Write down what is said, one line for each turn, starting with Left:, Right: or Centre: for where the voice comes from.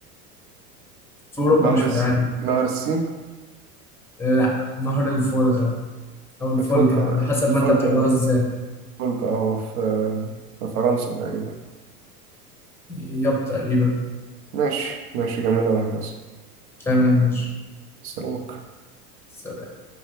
Centre: في أوروبا
Right: نهر
Centre: مش في
Right: الس...
Centre: العالم
Right: نهر السين
Centre: لا نهر الفولغا أو الفولجا
Right: الفولجر
Centre: على حسب
Right: الفولجر
Centre: ما أنت بتقراها إزاي
Right: فولكا هو في آه، في فرنسا تقريبا
Centre: ياب تقريبا
Right: ماشي ماشي جميلة يا هندسة
Centre: تمام ماشي
Right: سلامك
Centre: سلام